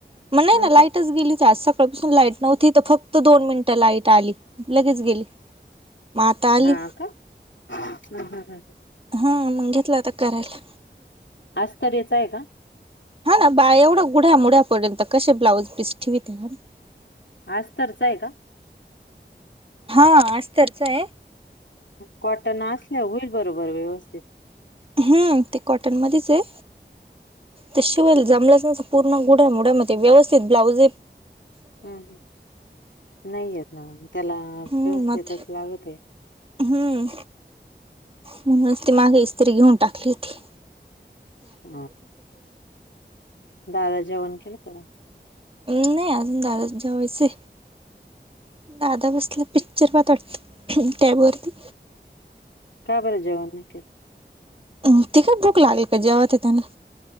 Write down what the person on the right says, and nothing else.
मग नाही
ना लाईटच
गेली आज सकाळपासून लाईट नव्हती तर फक्त दोन मिनिटं लाईट आली लगेच गेली मग आता आली
हा मग घेतलं आता करायला
हा ना बा एवढं गुढ्या मुढ्यापर्यंत कसे ब्लाउज पीस ठेवित ह
हां असतचं आहे
हम्म ते कॉटन मध्येच आहे ते शिवाल जमलं पूर्ण गुड्यामड्यामध्ये व्यवस्थित ब्लाउजे
हम्म,
मग ते-
हम्म म्हणूनच ती मागे इत्री घेऊन टाकली होतीी
नाही अजून दादा जेवायचे दादा बसला पिक्चर पा तट टॅबवरती
अम त का भूक लागेल का जेव्हा ते त्यांना